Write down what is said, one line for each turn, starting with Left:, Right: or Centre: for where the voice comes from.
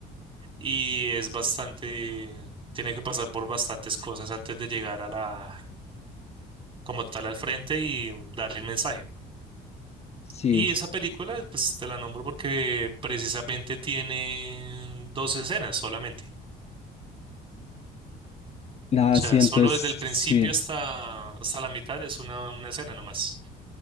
Right: y es bastante, tiene que pasar por bastantes cosas antes de llegar a la, como tal, al frente y dar el mensaje.
Left: Sí,
Right: Y esa película, pues te la nombro porque precisamente tiene dos escenas solamente.
Left: la
Right: O sea,
Left: siento,
Right: solo
Left: es,
Right: desde
Left: sí,
Right: el principio hasta, hasta la mitad es una, una escena nomás.